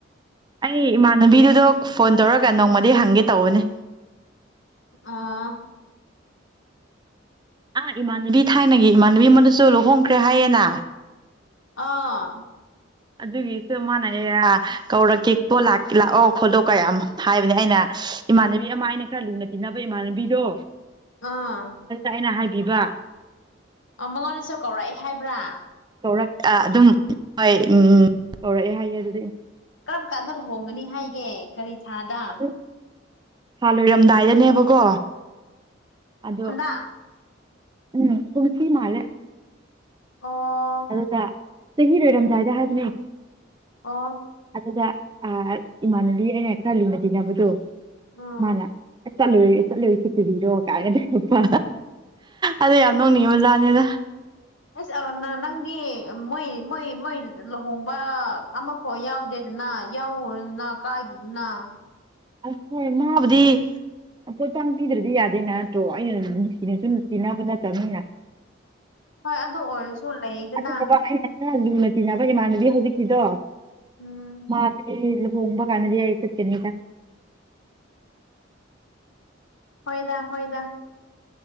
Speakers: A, on the right (about 25°); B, on the left (about 75°).
A: ꯑꯩ ꯏꯃꯥꯟꯅꯕꯤꯗꯨꯗꯣ ꯐꯣꯟ ꯇꯧꯔꯒ ꯅꯣꯡꯃꯗꯤ ꯍꯪꯒꯦ ꯇꯧꯕꯅꯦ
B: ꯑꯥ
A: ꯑꯥ ꯏꯃꯥꯟꯅꯕꯤ ꯊꯥꯏꯅꯒꯤ ꯏꯃꯥꯟꯅꯕꯤ ꯑꯃꯅꯁꯨ ꯂꯨꯍꯣꯡꯈ꯭ꯔꯦ ꯍꯥꯏꯌꯦꯦꯅ
B: ꯑꯥ
A: ꯑꯗꯨꯒꯤꯁꯨ ꯃꯥꯅ ꯑꯦ ꯀꯧꯔꯛꯀꯦꯣ ꯂꯥꯛꯑꯣ ꯈꯣꯠꯇꯣ ꯀꯌꯥ ꯍꯥꯏꯕꯅꯦ ꯑꯩꯅ ꯏꯃꯥꯟꯅꯕꯤ ꯑꯃ ꯑꯩꯅ ꯈꯔ ꯂꯨꯅ ꯇꯤꯟꯅꯕ ꯏꯃꯥꯟꯅꯕꯤꯗꯣ
B: ꯑꯥ
A: ꯑꯗꯨꯗ ꯑꯩꯅ ꯍꯥꯏꯕꯤꯕ
B: ꯑꯣ ꯃꯉꯣꯟꯗꯁꯨ ꯀꯧꯔꯛꯏꯦ ꯍꯥꯏꯕ꯭ꯔꯥ
A: ꯇꯧꯔꯛ ꯑꯗꯨꯝ ꯍꯣꯏ ꯎ ꯀꯧꯔꯛꯑꯦ ꯍꯥꯏꯌꯦ ꯑꯗꯨ
B: ꯀꯔꯝ ꯀꯥꯟꯗ ꯂꯨꯍꯣꯡꯒꯅꯤ ꯍꯥꯏꯒꯦ ꯀꯔꯤ ꯊꯥꯗ
A: ꯑꯗꯨ ꯊꯥ ꯂꯣꯏꯔꯝꯗꯥꯏꯗꯅꯦꯕꯀꯣ ꯑꯗꯣ
B: ꯍꯟꯗꯛ
A: ꯎꯝ ꯈꯨꯟꯁꯤꯤ ꯃꯥꯂꯦ
B: ꯑꯣ
A: ꯑꯗꯨꯀ ꯆꯍꯤꯔꯣꯏꯔꯝꯗꯥꯏꯗ ꯍꯥꯏꯕꯅꯦ
B: ꯑꯥ
A: ꯑꯗꯨꯗ ꯏꯃꯥꯟꯅꯕꯤ ꯑꯩꯅ ꯈꯔ ꯂꯤꯅ ꯇꯤꯅꯕꯗꯣ
B: ꯎꯝ
A: ꯃꯥꯅ ꯆꯠꯂꯨꯨꯔꯦ ꯆꯠꯂꯨꯁꯤ ꯇꯨꯕꯤꯔꯣ ꯀꯥꯏꯅꯗꯣꯄ ꯑꯗꯣ
B: ꯎꯝ
A: ꯌꯥꯝ ꯅꯣꯡꯅꯤꯡꯉꯦ ꯑꯣꯖꯥꯅꯦꯗ
B: ꯑꯁ ꯅꯪꯗꯤ ꯃꯣꯏ ꯃꯣꯏ ꯃꯣꯏ ꯂꯨꯍꯣꯡꯕ ꯑꯃꯐꯥꯎ ꯌꯥꯎꯗꯦ ꯅ ꯌꯥꯎꯅ ꯀꯥꯏꯗꯗꯨꯅ
A: ꯑꯁ ꯍꯣꯏ ꯃꯥꯕꯨꯗꯤ ꯄꯣꯠꯄ ꯄꯤꯗ꯭ꯔꯗꯤ ꯌꯥꯗꯦꯅ ꯅꯠꯇ꯭ꯔꯣ ꯑꯩꯅ ꯅꯨꯃꯤ ꯅꯨꯡꯁꯤꯅ ꯁꯨꯝ ꯇꯤꯟꯅꯕ ꯅꯠꯇꯕꯅꯤꯅ
B: ꯍꯣꯏ ꯑꯗꯨ ꯑꯣꯏꯔꯁꯨ ꯂꯩꯗꯅ
A: ꯑꯗꯨꯠꯇꯕ ꯑꯩꯅ ꯈꯔ ꯂꯨꯅ ꯇꯤꯟꯅꯕ ꯏꯃꯥꯟꯅꯕꯤ ꯍꯧꯖꯤꯛꯀꯤꯗꯣ
B: ꯎꯝ
A: ꯃꯥꯗꯤ ꯍꯕꯒ ꯀꯥꯟꯗꯤ ꯍꯥꯏꯔ ꯀꯦꯅꯤꯒ
B: ꯍꯣꯏꯗ ꯍꯣꯏꯗ